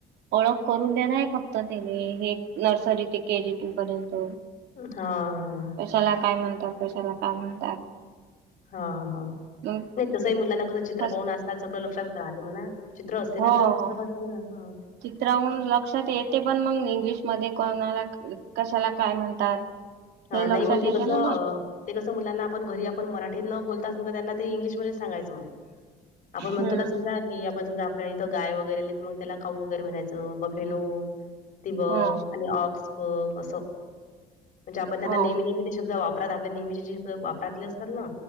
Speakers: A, on the right (about 80°); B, on the left (about 55°).
A: ओळख करून देण आहे फक्त त तेणी हे नर्सरी ते के जी टू पर्यंत.
B: हा ह.
A: कशाला काय म्हणतात कशाला काय म्हणतात.
B: हा हा
A: मग
B: नाही तसंही मुलांना कसं चित्र
A: फस्ट
B: पाहून असताच सगळं लक्षात राहते म्हणा चित्र असते
A: हो
B: ना आता पुस्तकाचं
A: हो
B: सगळं हा
A: चित्राहून लक्षात येते पण मग इंग्लिशमध्ये कोणाला कशाला काय म्हणतात.
B: हा
A: हे लक्षात
B: नाही मग ते
A: येते
B: कसं.
A: ना मग
B: ते कसं मुलांना आपण घरी आपण मराठीत न बोलता असल तर त्यांना ते इंग्लिशमध्ये सांगायचं मग. आपण म्हणतोना
A: हम्म
B: समजा की आप पण समजा आपल्या इथं गाय वगैरे आली तर मग त्याला खाऊ वगैरे म्हणायचं बफेलो, ती बघ
A: ह
B: आणि ऑक्स बघ असं. म्हणजे आपण त्यां
A: हो
B: नेहमी नेहमी ते शब्द वापरात आपले नेहमीचे ज शब्द वापरातले असतात ना